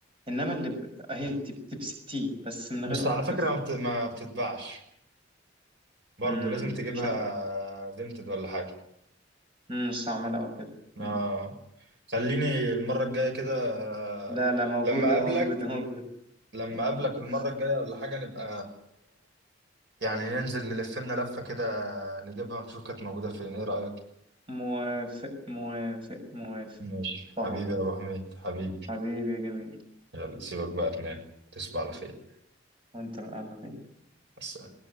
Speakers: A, on the right (about 30°); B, on the right (about 65°).
A: انما اللي ب... اهي دي ب دي بستين بس من غير
B: بس على
A: قطيف
B: فكره ما بت- ما بتتباعش برضه
A: امم
B: لازم تجيبها
A: شكلها
B: فينتد ولا حاجه
A: امم مستعمله او كده مم.
B: اه خليني المره الجايه كده
A: لا
B: آه،
A: لا موجوده
B: لما اقابلك
A: موجوده موجوده
B: لما
A: موجوده
B: اقابلك المره الجايه ولا حاجه نبقى يعني ننزل نلف لنا لفه كده نجيبها ونشوف كانت موجوده فين ايه رايك
A: موافق موافق موافق
B: ماشي
A: طبعا
B: حبيبي يا أبو حميد حبيبي
A: حبيبي يا جميل
B: يلا سيبك بقى تنام تصبح على خير
A: وانت من اهل الخير
B: بس